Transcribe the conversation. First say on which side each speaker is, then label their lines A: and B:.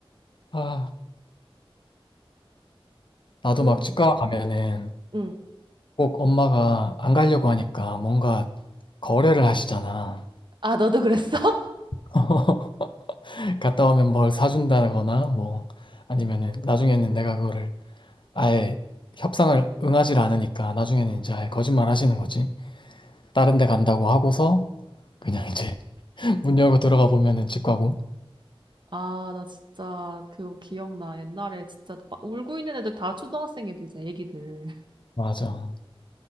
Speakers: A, on the left; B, on the right.
A: 아 나도
B: 그,
A: 막 치과 가면은
B: 응.
A: 꼭 엄마가 안 가려고 하니까 뭔가 거래를 하시잖아.
B: 아, 너도 그랬어? <laughs>
A: <laughs> 갔다 오면 뭘 사준다거나 뭐 아니면은 나중에는 내가 그거를 아예 협상을 응하지 않으니까 나중에는 이제 아예 거짓말 하시는 거지. 다른 데 간다고 하고서 그냥 이제 <laughs> 문 열고 들어가 보면은 치과고.
B: 아, 나 진짜 그거 기억나. 옛날에 진짜 막 울고 있는 애들 다 초등학생 애들이잖아, 애기들. <laughs>
A: 맞아.